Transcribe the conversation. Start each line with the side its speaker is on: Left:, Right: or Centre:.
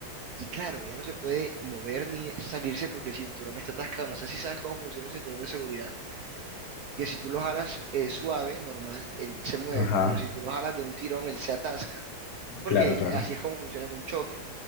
Right: Y claro, ella no se puede mover ni salirse porque el cinturón está atascado. No sé si sabes cómo funciona el cinturón de seguridad, que si tú lo jalas eh, suave, normal, él se mueve,
Left: ajá,
Right: pero si tú lo jalas de un tirón, él se atasca. Porque
Left: claro, claro,
Right: así es como funciona en un choque,